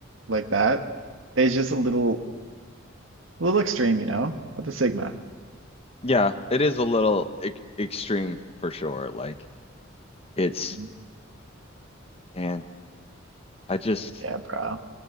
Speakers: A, on the right (about 85°); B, on the left (about 30°).
A: like that is just a little, a little extreme, you know. With the sigma.
B: yeah, it is a little e extreme for sure. Like it's
A: Mhm.
B: man, I just.
A: Yeah, bro.